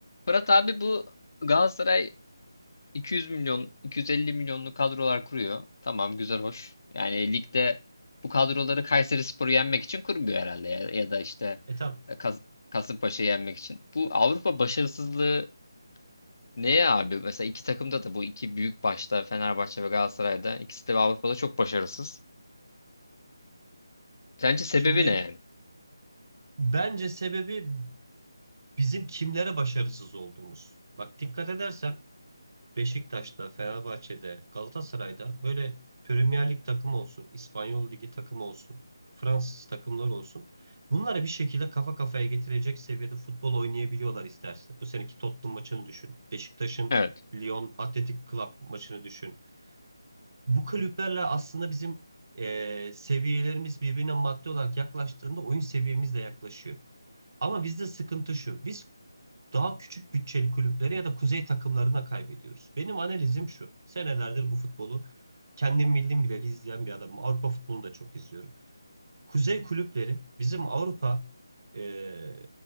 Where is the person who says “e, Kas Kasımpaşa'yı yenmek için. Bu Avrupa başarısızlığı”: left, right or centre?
Left